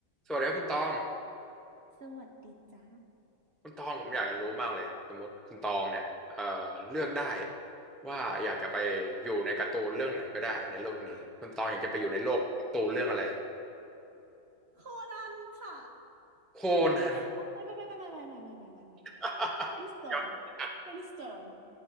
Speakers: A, in the centre; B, on the right (about 45°).
A: สวัสดีครับคุณตอง
B: สวัสดีจ้า
A: คุณตองผมอยากจะรู้มากเลยสมมติคุณตองเนี่ยเอ่อเลือกได้ว่าอยากจะไปอยู่ในการ์ตูนเรื่องไหนก็ได้ในโลกนี้คุณตองอยากจะไปอยู่ในโลกการ์ตูนเรื่องอะไร
B: โคนันค่ะ
A: โคนัน
B: โอ้ไม่ไม่ไม่ไม่ไม่ไม่ไม่ไม่ไม่ไม่ไม่
A: <laughs>
B: Friendstone
A: ยังไม่ทัน
B: Friendstone